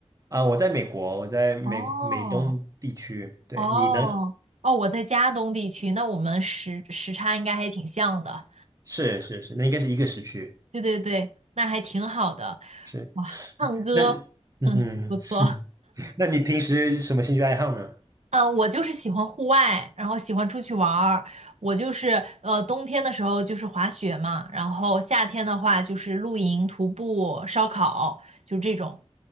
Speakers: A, on the right; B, on the right.
A: 啊、我在美国，我在美美东地区。
B: 哦
A: 对，
B: 哦哦，
A: 你呢？
B: 我在加东地区，那我们时时差应该还挺像的。
A: 是是是，那应该是一个时区。
B: 对对对，那还挺好的。
A: 是，
B: 哇，唱歌，
A: 那嗯哼，
B: <laughs> 哼，不错。
A: <laughs> 那你平时什么兴趣爱好呢？
B: 嗯，我就是喜欢户外，然后喜欢出去玩儿。我就是呃，冬天的时候就是滑雪嘛，然后夏天的话就是露营、徒步、烧烤，就这种。